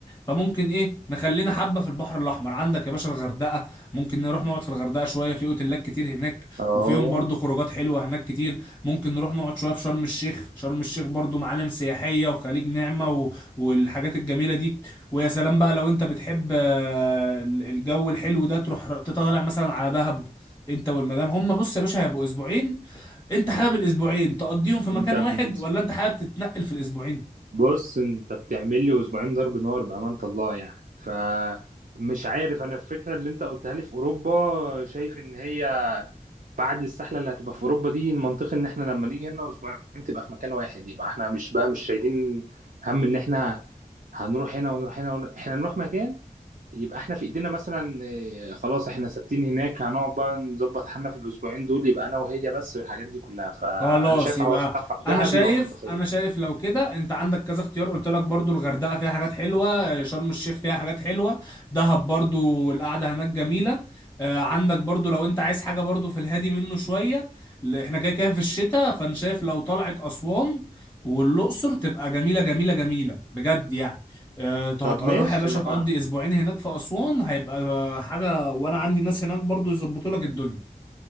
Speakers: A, on the left (about 15°); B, on the right (about 65°).
A: فممكن ايه نخلينا حبه في البحر الاحمر عندك يا باشا الغردقه ممكن نروح نقعد في الغردقه شويه في اوتيلات كتير هناك
B: اه
A: وفيهم برضو خروجات حلوه هناك كتير ممكن نروح نقعد شويه في شرم الشيخ شرم الشيخ برضو معالم سياحيه وخليج نعمه و... والحاجات الجميله دي ويا سلام بقى لو انت بتحب آه، الجو الحلو ده تروح ر- تطلع مثلا على دهب انت والمدام هم بص يا باشا هيبقوا اسبوعين انت حابب الاسبوعين تقضيهم في مكان
B: انت بت-
A: واحد ولا انت حابب تتنقل في الاسبوعين
B: بص انت بتعمل لي اسبوعين ضرب نار بأمانة الله يعني ف مش عارف انا الفكرة اللي انت قلتها لي في اوروبا شايف ان هي بعد السحلة اللي هتبقى في اوروبا دي المنطقي ان احنا لما نيجي هنا اسبوعين تبقى في مكان واحد يبقى احنا مش بقى مش شايلين هم ان احنا هنروح هنا ونروح هنا ونروح. احنا نروح مكان يبقى احنا في ايدينا مثلا آه، خلاص احنا ثابتين هناك هنقعد بقى نظبط حالنا في الاسبوعين دول يبقى انا وهي بس والحاجات دي كلها فانا
A: خلاص
B: شايف
A: يبقى
B: حوار
A: انا
B: دهب
A: شايف
B: يبقى منطقية
A: انا شايف لو كده انت عندك كذا اختيار قلت لك برضو الغردقه فيها حاجات حلوه شرم الشيخ فيها حاجات حلوه دهب برضو القعده هناك جميله آه، عندك برضو لو انت عايز حاجه برضو في الهادي منه شويه ل- احنا كده كده في الشتاء فانا شايف لو طلعت اسوان والاقصر تبقى جميله جميله جميله بجد يعني آه، ت- هتروح
B: طب ماشي
A: يا باشا
B: ما
A: تقضي
B: هو-
A: اسبوعين هناك في اسوان هيبقى حاجه وانا عندي ناس هناك برضو يظبطوا لك الدنيا